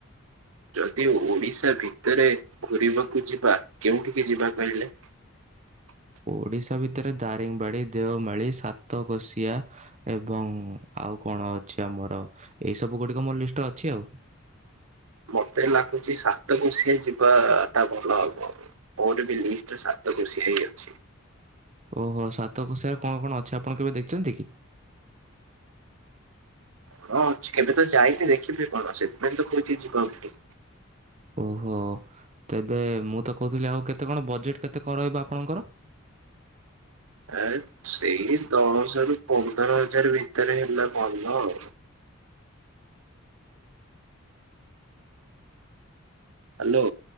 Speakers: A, on the right; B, on the right.
A: ଯଦି ଓଡିଶା ଭିତରେ ଘୂରିବାକୁ ଯିବା କେଉଁଠିକି ଯିବା କହିଲେ? ଓ
B: ଓଡିଶା ଭିତରେ ଦାରିଙ୍ଗବାଡି ଦେଓମାଳି ସାତକୋଶିଆ ଏବଂ ଆଉ କଣ ଅଛି ଆମର ଏଇ ସବୁ ଗୁଡିକ ମୋ ଲିଷ୍ଟରେ ଅଛି ଆଉ।
A: ହ ମତେ ଲାଗୁଛି ସାତକୋସିଆ ଯିବା ଟା ଭଲ ହବ ମୋର ବି ଲିଷ୍ଟରେ ସାତ ସାତକୋସିଆ ହେଇ ଅଛି।
B: ଓହୋ ସାତ କୋସିିଆର କଣ କଣ ଅଛି ଆପଣ କେବେ ଦେଖିଛନ୍ତି କି?
A: ହଁ ଅଛି କେବେ ତ ଯାଇନି ଦେଖିବି କଣ ସେଥିପାଇଁ ତ କହୁଛି ଯିବା ବୋଲି।
B: ଓହୋ ତେବେ ମୁଁ ତ କହୁଥିଲି ଆଉ କେତେ କଣ ବଜେଟ କେତେ ରହିବ ଆପଣଙ୍କର?
A: ଆ ସେଇ ଦଶ ରୁ ପନ୍ଦର ହଜାର ଭିତରେ ହେଲେ ଭଲ ଆଉ। ହ୍ୟାଲୋ।